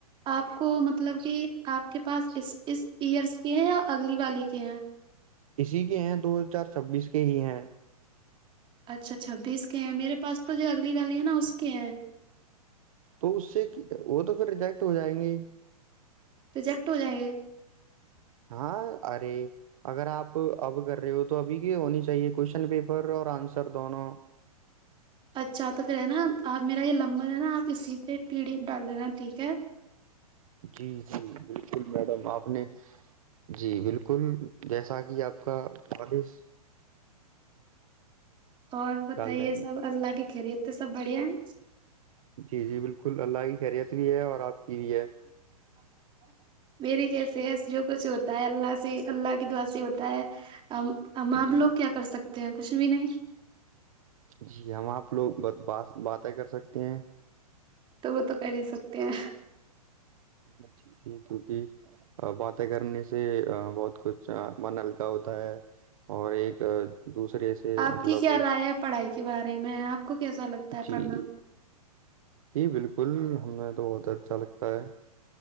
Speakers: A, on the right; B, on the right.
A: آپ کو مطلب کہ آپ کے پاس اس اس ایئرس کے ہیں یا اگلی والی کے ہیں
B: اسی کے ہیں دو ہزار چھبیس کے ہی ہیں
A: اچھا چھبیس کے ہیں میرے پاس تو جو اگلی والی ہے نا اس کے ہیں
B: تو اس سے وہ تو پھر ریجیکٹ ہو جائیں گے
A: تووجیکٹ ہو جائیں گے
B: ہاں ارے اگر آپ اب کر رہے ہو تو ابھی کی ہونی چاہیے کوشن پیپر اور آنسر دونوں
A: اچھا تو پھر ہے نا آپ میرا یہ لمبر ہے نا آپ اسی پہ پی ڈی ایف ڈال دینا ٹھیک ہے
B: جی جی بالکل میڈم آپ نے جی بالکل جیسا کہ آپ کا خادش
A: اور بتائیے
B: ڈال دیں گے
A: سب اللہ کی خیریت تو سب بڑھیا ہے
B: جی جی بالکل اللہ کی خیریت بھی ہے اور آپ کی بھی ہے
A: ہ مری کیس ہے جو کچھ ہوتا ہے اللہ سےی اللہ کی دعاسی ہوتا ہے ا آپ
B: جی
A: لوگ کیا کر سکتے ہیں کچھ بھی نہیں
B: جی ہم آپ لوگ ب بات باتیں کر سکتے ہیں
A: تو وہ تو کر ہی سکتے ہیں
B: ہ ٹھیک ج کیونکہ باتیں کرنے سے بہت کچھ من ہلکا ہوتا ہے اور ایک دوسرے سے
A: آپ
B: مطلب
A: کی کیا رائے ہے پڑھائی کے بارے میں آپ کو کیسا لگتا ہے
B: جی
A: پڑھنا
B: جی جی بالکل ہمیں تو بہت اچھا لگتا ہے